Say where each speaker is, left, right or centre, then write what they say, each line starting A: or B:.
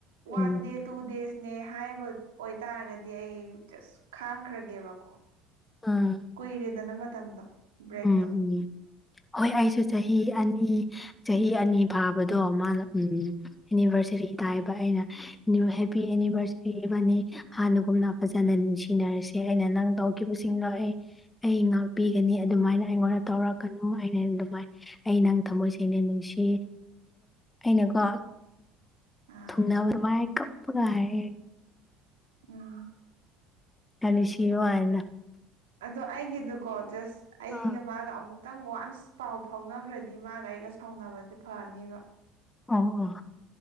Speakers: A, on the right; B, on the left.
A: ꯋꯥꯟ
B: ꯎꯝ
A: ꯗꯦ ꯇꯨ ꯗꯦꯖꯅꯦ ꯍꯥꯏꯕ ꯑꯣꯏꯇꯥꯔꯒꯗꯤ ꯑꯩ ꯆꯁ ꯈꯥꯡꯈ꯭ꯔꯒꯦꯕꯀꯣ
B: ꯎꯝ
A: ꯀꯨꯏꯔꯦꯗꯅ ꯃꯇꯝꯗꯣ ꯕ꯭ꯔꯦꯛꯇꯣ
B: ꯎꯝ ꯎꯝ ꯍꯣꯏ ꯑꯩꯁꯨ ꯆꯍꯤ ꯑꯅꯤ ꯆꯍꯤ ꯑꯅꯤ ꯐꯥꯕꯗꯣ ꯃꯥꯅ ꯎꯝ ꯑꯦꯅꯤꯚꯔꯁꯔꯤ ꯇꯥꯏꯕ ꯑꯩꯅ ꯍꯦꯄꯤ ꯑꯦꯅꯤꯚꯔꯁꯔꯤ ꯃꯅꯤ ꯍꯥꯟꯅꯒꯨꯝꯅ ꯐꯖꯅ ꯅꯨꯡꯁꯤꯅꯔꯁꯦ ꯑꯩꯅ ꯅꯪ ꯇꯧꯈꯤꯕꯁꯤꯡꯗꯣ ꯑꯩ ꯑꯩ ꯉꯥꯛꯄꯤꯒꯅꯤ ꯑꯗꯨꯃꯥꯏꯅ ꯑꯩꯉꯣꯟꯗ ꯇꯧꯔꯛꯀꯅꯨ ꯑꯩꯅ ꯑꯗꯨꯃꯥꯏꯅ ꯑꯩ ꯅꯪ ꯊꯝꯃꯣꯏ ꯁꯦꯡꯅ ꯅꯨꯡꯁꯤ ꯑꯩꯅꯀꯣ
A: ꯑꯥ
B: ꯊꯨꯅꯥꯕ ꯃꯥꯑ ꯀꯞꯄꯒꯑ
A: ꯎꯝ
B: ꯑꯅꯤ ꯁꯤꯣ ꯍꯥꯏꯅ
A: ꯑꯗꯣ ꯑꯩꯒꯤꯗꯨꯀꯣ ꯖꯁ ꯑꯩꯒ
B: ꯑꯥ
A: ꯃꯥꯒ ꯑꯃꯨꯛ ꯈꯤꯇꯪ ꯋꯥꯟꯁ ꯄꯥꯎ ꯐꯥꯎꯅꯈ꯭ꯔꯗꯤ ꯃꯥꯒ ꯑꯩꯒ ꯁꯥꯎꯅꯕꯁꯦ ꯐꯅꯤꯕ
B: ꯑꯣ ꯑꯣ